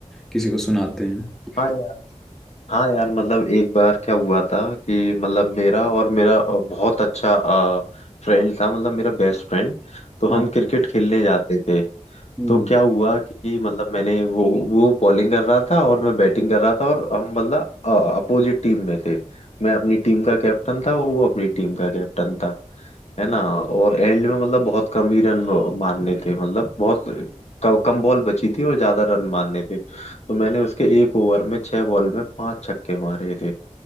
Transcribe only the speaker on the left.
हाँ यार हाँ यार मतलब एक बार क्या हुआ था कि मतलब मेरा और मेरा अ, बहुत अच्छा फ्रेंड था मतलब मेरा बेस्ट फ्रेंड तो हम
क्रिकेट खेलने जाते थे
तो
क्या हुआ कि मतलब मैंने वो वो बॉलिंग कर रहा था और मैं बैटिंग कर रहा था और हम मतलब अपोजिट टीम में थे मैं अपनी टीम का कैप्टन था और वो अपनी टीम का कैप्टन था है ना और एंड में मतलब बहुत कम ही रन मारने थे मतलब बहुत कम, कम बॉल बची थी और ज्यादा रन मारने थे तो मैंने उसके एक ओवर में छह बॉल में पांच छक्के मारे थे